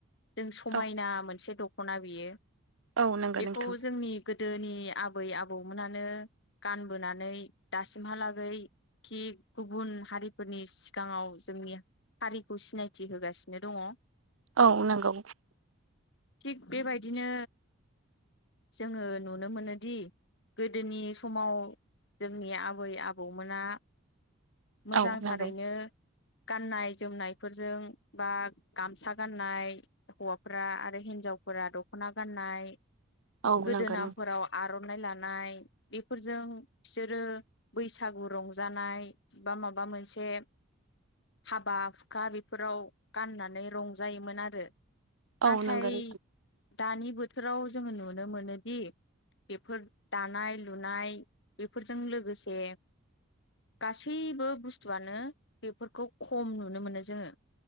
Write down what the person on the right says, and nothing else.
औ
औ नंगौ
नोंथां
औ नंगौ
औ नंगौ
औ
नंगौ नों
औ नोंगोन